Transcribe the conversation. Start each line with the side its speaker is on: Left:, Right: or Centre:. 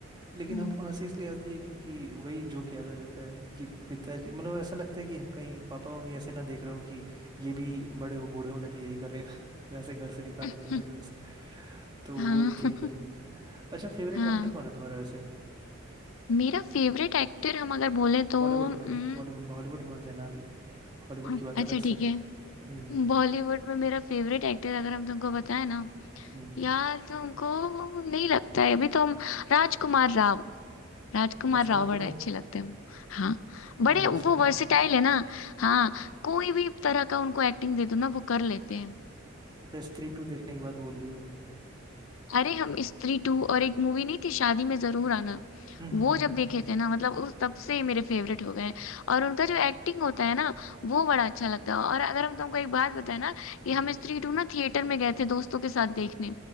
Right: लेकिन
Left: हम्म,
Right: हमको हंसी इसलिए आती है क्योंकि वही जोक याद आ जाता है कि पिताजी मतलब ऐसा लगता है कि कहीं पापा मम्मी ऐसे ना देख रहे हो कि ये भी बड़े हो- बूढ़े होने पे यही करेगा <laughs> वैसे घर से निकाल निकल
Left: <laughs>
Right: देगा वैसे तो
Left: हाँ
Right: वो एक चीज़ है
Left: <laughs>
Right: अच्छा फेवरेट
Left: हाँ
Right: एक्टर कौन है तुम्हारा वैसे
Left: मेरा फेवरेट एक्टर हम अगर बोले तो
Right: बॉलीवुड
Left: उम्म,
Right: में बॉलीवुड में हॉलीवुड में जाना अभी हॉलीवुड
Left: हाँ,
Right: की बात
Left: अच्छा
Right: अलग
Left: ठीक
Right: से
Left: है
Right: हम्म
Left: बॉलीवुड में मेरा फेवरेट एक्टर अगर हम तुमको बताएं ना
Right: हम्म
Left: यार तो हमको नहीं लगता है अभी तो हम राजकुमार राव राजकुमार
Right: राजकुमार
Left: राव बड़े
Right: राव
Left: अच्छे लगते हैं हाँ बड़े
Right: समोसा
Left: वो वर्सेटाइल है ना हाँ कोई भी तरह का उनको एक्टिंग दे दो ना वो कर लेते हैं
Right: अच्छा स्त्री टू देखने के बाद बोल रही हो
Left: अरे हम स्त्री टू और एक मूवी नहीं थी शादी में जरूर आना
Right: हम्म हम्म
Left: वो
Right: हम्म
Left: जब देखे थे ना मतलब उस तब से ही मेरे फेवरेट हो गए हैं। और उनका जो एक्टिंग होता है ना वो बड़ा अच्छा लगता है और अगर हम तुमको एक बात बताए ना कि
Right: हम्म,
Left: हम स्त्री टू ना थिएटर में गए थे दोस्तों के साथ देखने